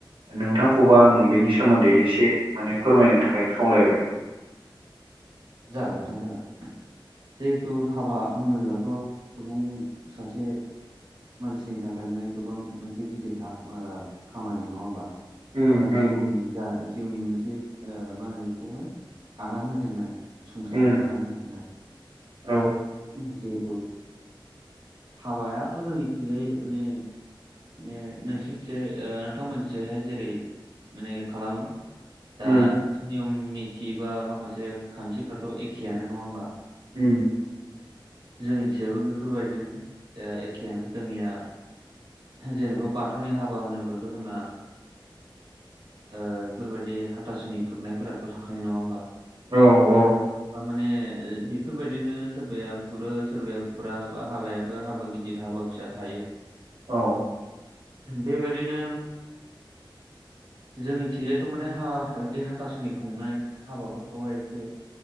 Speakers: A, on the right; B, on the right.
A: नोंथांखौबो आं बेनि सोमोन्दै एसे माने फोरमायनो थाखाय खावलायबाय
B: जागोन नोंथां जागोन जिहेथु हाबा होनोब्लाथ' सुबुं सासे मानसिनि थाखाय माने गोबां मोनसे गिदिर हा ओ खामानि नङा होमबा
A: उम
B: बा
A: नंगौ
B: जिउनि जा जिउनि मोनसे ओ मा होनो बेखौहाय आगान होजेननाय संसारनि
A: उम
B: आगान होनाय
A: औ
B: जिहेथु हाबायाथ' जोंनिथिंजाय माने माने नोंसनिखिजाय ओ नोंथांमोनिखैजाय जेरै माने खालामो दा
A: उम
B: नियम निथि बा माखासे खान्थिफ्राथ' एखेयानो नङा होमबा?
A: उम।
B: जोंनिथिंजाबो बेफोरबायदिनो एखेयानो, जोंनिया जेनेबा बाथौनि हाबा होनोब्लाथ' जोंना ओ बेफोरबायदि हाथासुनि खुरनायफोराथ' थाखायो नङा होमबा?
A: औ औ।
B: माने ओ बेफोरबायदिनो सोरबाया खुरो सोरबाया खुरा, हाबायाबो हाबा गिदिर हाबा फिसा थायो।
A: औ।
B: बेबायदिनो जोंनिथिंजायथ' माने हा बि हाथासुुलि खुंनाय हाबाफोरखौहाय एसे